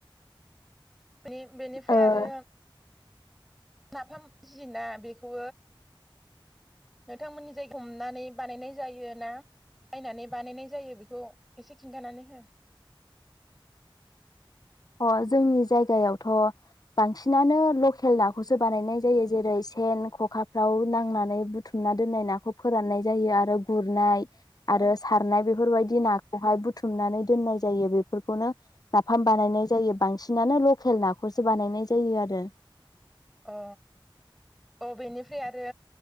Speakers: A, in the centre; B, on the left.
A: बे बेनिफ्राय
B: ओ
A: आरो नाफाम जि ना बेखौ नोंथांमोननि जाय हमनानै बानायनाय जायो ना बायनानै बानायनाय जायो बेखौ एसे खिन्थानानै हो
B: अ जोंनि जायगायावथ' बांसिनानो लकेल ना खौसो बानायनाय जायो जेरै सेन खखाफ्राव नांनानै बुथुमना दोननाय नाखौ फोराननाय जायो आरो गुरनाय
A: औ
B: आरो सारनाय बेफोरबायदि नाखौहाय बुथ थुमनानै दोननाय जायो बेफोरखौनो नाफाम बानायनाय जायो बांसिनानो लकेल नाखौसो बानायनाय जायो आरो
A: अ अ बेनिफ्राय आरो